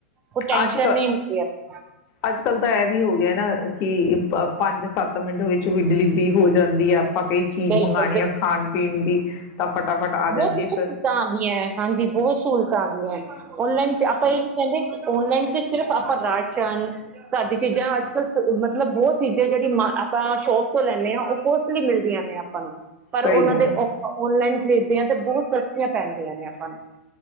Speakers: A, on the right; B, on the left.
A: ਉਹ ਟੈਸ਼ਨ
B: ਅੱਜ ਕ
A: ਨਹੀਂ ਹੁੰਦੀ ਆਪਾਂ
B: ਅੱਜ ਕੱਲ੍ਹ ਤਾਂ ਇਹ ਵੀ ਹੋ ਗਿਆ ਨਾ ਕਿ ਪੰਜ ਸੱਤ ਮਿੰਟ ਵਿੱਚ ਵੀ ਡਿਲੀਵਰੀ ਹੋ ਜਾਂਦੀ ਆ। ਆਪਾਂ ਕਈ ਚੀਜ਼
A: ਬਿਲਕੁਲ
B: ਮੰਗਵਾਉਣੀ
A: ਬਿਲਕੁਲ
B: ਆ ਖਾਣ ਪੀਣ ਦੀ ਤਾਂ ਫਟਾਫਟ ਆ ਜਾਂਦੀ
A: ਬਹੁਤ ਸਹੂਲਤਾਂ
B: ਹੈ ਫਿਰ
A: ਆਉਂਦੀਆਂ ਹੈ। ਹਾਂਜੀ, ਬਹੁਤ ਸਹੂਲਤਾਂ ਆ ਗਈਐ ਅਜ ਔਨਲਾਈਨ 'ਚ ਆਪਾਂ ਇਹ ਨੀ ਕਹਿੰਦੇ ਔਨਲਾਈਨ' ਚ ਸਿਰਫ ਆਪਾਂ ਰਾਸ਼ਨ ਘਰ ਦੀ ਚੀਜ਼ਾਂ ਅੱਜ ਕੱਲ੍ਹ ਮਤਲਬ ਬਹੁਤ ਚੀਜ਼ਾਂ ਜਿਹੜੀ ਮ ਆਪਾਂ ਸ਼ੋਪ ਤੋਂ ਲੈਂਦੇ ਹਾਂ ਉਹ ਕੁਛ ਫ਼ਰੀ ਮਿਲਦੀਆਂ ਨੇ ਆਪਾਂ ਨੂੰ। ਪਰ
B: ਸਹੀ
A: ਉਹਨਾਂ
B: ਗੱਲ
A: ਦੇ
B: ਹੈ
A: ਆਫ਼ਰ ਆਨਲਾਈਨ ਖਰੀਦਦੇ ਆਂ ਤੇ ਬਹੁਤ ਸਸਤੀਆਂ ਪੈਂਣਦੀਆਂ ਨੇ ਆਪਾਂ ਨੂੰ।